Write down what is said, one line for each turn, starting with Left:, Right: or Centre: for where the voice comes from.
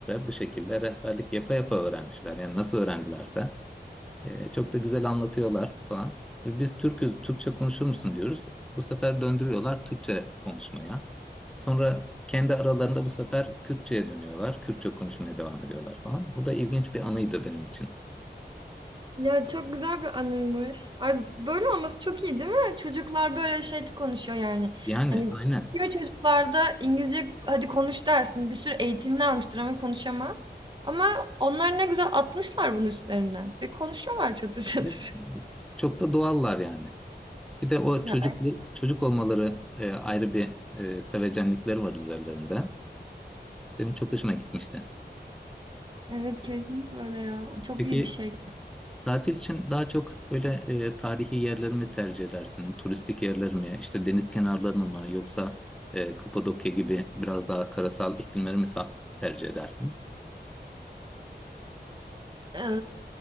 Centre: bu şekilde rehberlik yapa yapa öğrenmişler. Yani nasıl öğrendilerse. E, çok da güzel anlatıyorlar falan. Ve biz Türk'üz, Türkçe konuşur musun diyoruz. Bu sefer döndürüyorlar Türkçe konuşmaya. Sonra kendi aralarında bu sefer Kürtçe'ye dönüyorlar. Kürtçe konuşmaya devam ediyorlar falan. O da ilginç bir anıydı benim için.
Right: Ya çok güzel bir anıymış. Ay böyle olması çok iyi değil mi? Çocuklar böyle şey konuşuyor yani.
Centre: Yani
Right: Hani
Centre: aynen.
Right: kimi çocuklarda İngilizce hadi konuş dersin. Bir sürü eğitimini almıştır ama konuşamaz. Ama onlar ne güzel atmışlar bunun üstlerinden. Ve konuşuyorlar çatır çatır.
Centre: Ve
Right: <laughs>
Centre: Çok da doğallar yani. Bir de o
Right: Ya
Centre: çocuk çocuk olmaları e, ayrı bir e, sevecenlikleri var üzerlerinde. Benim çok hoşuma gitmişti.
Right: evet kesinlikle öyle ya. Çok
Centre: Peki
Right: iyi bir şey.
Centre: Tatil için daha çok böyle e, tarihi yerleri mi tercih edersin? Turistik yerleri mi? İşte deniz kenarlarını mı? Yoksa e, Kapadokya gibi biraz daha karasal iklimleri mi ta- tercih edersin?
Right: Ee,